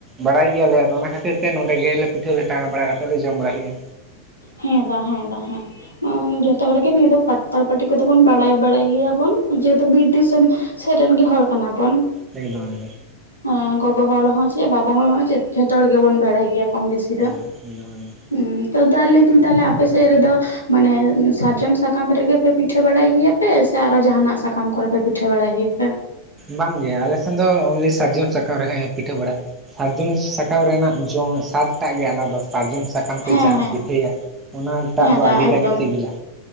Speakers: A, on the right; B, on the left.
A: ᱵᱟᱲᱟᱭ ᱜᱮᱭᱟᱞᱮ ᱟᱫᱚ ᱚᱱᱟ ᱠᱷᱟᱹᱛᱤᱨ ᱛᱮ ᱱᱚᱸᱰᱮ ᱜᱮᱞᱮ ᱯᱤᱴᱷᱟᱹ ᱞᱟᱴᱷᱟ ᱴᱟ ᱵᱟᱲᱟ ᱠᱟᱛᱮᱫ ᱞᱮ ᱡᱚᱢ ᱵᱟᱲᱟ ᱠᱮᱜᱼᱟ
B: ᱦᱮᱸ ᱫᱟ ᱦᱮᱸ ᱫᱟ ᱦᱮᱸ ᱡᱚᱛᱚ ᱦᱚᱲᱜ ᱜᱮ ᱱᱤᱭᱟᱹ ᱫᱚ ᱯᱟᱛᱛᱟ ᱯᱟᱴᱤ ᱠᱚᱫᱚ ᱵᱚᱱ ᱵᱟᱲᱟᱭ ᱵᱟᱲᱟᱭ ᱜᱮᱭᱟ ᱵᱚᱱ ᱡᱮᱦᱮᱛᱩ ᱵᱤᱨ ᱫᱤᱥᱚᱢ ᱥᱮᱫ ᱨᱮᱱ ᱜᱮ ᱦᱚᱲ ᱠᱟᱱᱟ ᱵᱚᱱ
A: ᱮᱠᱫᱚᱢ ᱮᱠᱫᱚᱢ
B: ᱦᱮᱸ ᱜᱚᱜᱚ ᱦᱚᱲ ᱦᱚ ᱪᱮᱫ ᱵᱟᱵᱟ ᱦᱚᱲ ᱦᱚ ᱪᱮᱫ ᱡᱷᱚᱛᱚ ᱦᱚᱲ ᱜᱮᱵᱚᱱ ᱵᱟᱲᱟᱭ ᱜᱮᱭᱟ ᱠᱚᱢ ᱵᱤᱥᱤ
A: <unintelligible>
B: ᱦᱮ ᱛᱚ ᱫᱟ ᱞᱟ. ᱭ ᱫᱟ. ᱧ ᱛᱟᱦᱚᱞᱮ ᱟᱯᱮ ᱥᱮᱫ ᱨᱮᱫᱚ ᱢᱟᱱᱮ ᱥᱟᱨᱡᱚᱢ ᱥᱟᱠᱟᱢ ᱨᱮᱜᱮ ᱯᱮ ᱯᱤᱴᱷᱟᱹ ᱵᱟᱲᱟᱭ ᱜᱮᱭᱟᱯᱮ ᱥᱮ ᱟᱨᱚ ᱡᱟᱦᱟᱱᱟᱜ ᱥᱟᱠᱟᱢ ᱠᱚᱨᱮ ᱯᱮ ᱯᱤᱴᱷᱟᱹ ᱵᱟᱲᱟᱭ ᱜᱮᱭᱟᱯᱮ
A: ᱵᱟᱝᱜᱮ ᱟᱞᱮ ᱥᱮᱱ ᱫᱚ ᱚᱱᱞᱤ ᱥᱟᱨᱡᱚᱢ ᱥᱟᱠᱟᱢ ᱨᱮᱦᱟᱸᱜ ᱮ ᱯᱤᱴᱷᱟᱹ ᱵᱟᱲᱟ ᱥᱟᱨᱡᱚᱢᱤ ᱥᱟᱠᱟᱢ ᱨᱮᱱᱟᱜ ᱡᱚᱢ ᱥᱟᱛᱴᱟᱜ ᱜᱮ ᱟᱞᱟᱫᱟ ᱥᱟᱨᱡᱚᱢ ᱥᱟᱠᱟᱢ ᱛᱮ
B: ᱦᱮᱸ
A: ᱡᱟᱦᱟᱢ
B: ᱦᱮᱸ
A: ᱯᱤᱴᱷᱟᱹᱭᱟ ᱚᱱᱟ ᱴᱟᱜ
B: ᱦᱮᱸ
A: ᱫᱚ
B: ᱫᱟ
A: ᱟᱹᱰᱤᱴᱟᱜ
B: ᱮᱠᱫᱚᱢ
A: ᱜᱮ ᱥᱤᱵᱤᱞᱟ